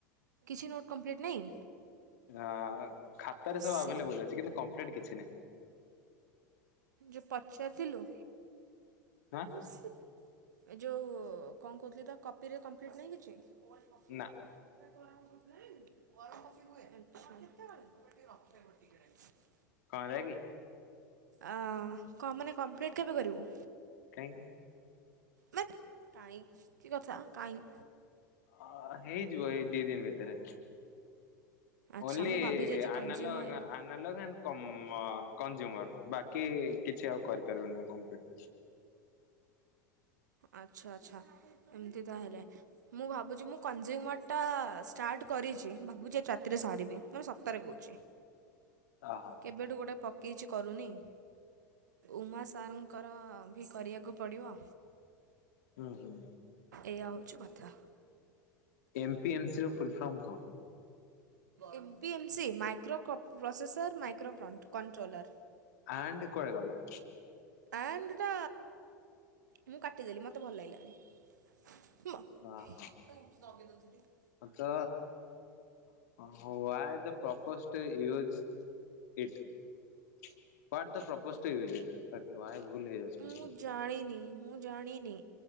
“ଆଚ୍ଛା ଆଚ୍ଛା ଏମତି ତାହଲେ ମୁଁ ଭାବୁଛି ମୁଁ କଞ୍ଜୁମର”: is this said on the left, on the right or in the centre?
Right